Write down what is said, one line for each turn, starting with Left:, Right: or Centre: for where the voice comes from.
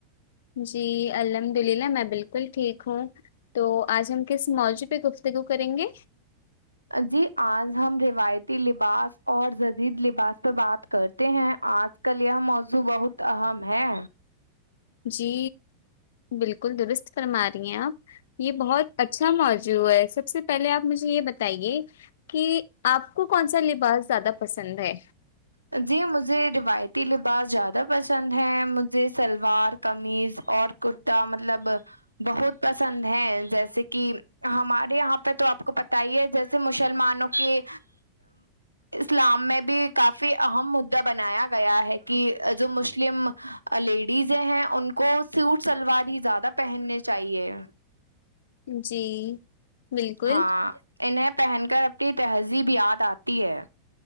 Left: جی الحمد للہ میں بالکل ٹھیک ہوں تو آج ہم کس موضوع پہ گفتگو کریں گے
Right: جی آج ہم روایتی لباس اور جدید لباس پہ بات کرتے ہیں آج کل یہ موضوع بہت اہم ہے
Left: جی بالکل درست فرما رہی ہیں آپ یہ بہت اچھا موصوع ہے سب سے پہلے آپ مجھے یہ بتایں بتائیے کہ آپ کو کون سا لباس زیادہ پسند ہے
Right: جی مجھے روایتی لباس زیادہ پسند ہیں مجھے شلوار قمیض اور کرتا مطلب بہت پسند ہے جیسے کہ ہمارے یہاں پہ تو آپ کو پت ہی ہے جیسے مسلمانوں کے اسلام میں بھی کافی اہم مدا بنایا گیا ہے کہ جو مسلم لیڈیزیں ہیں ان کو سوٹ سلوار ہی زیادہ پہننے چاہیے
Left: جی بالکل
Right: ہاں انہیں پہن کر اپنی تہذیب یاد آتی ہے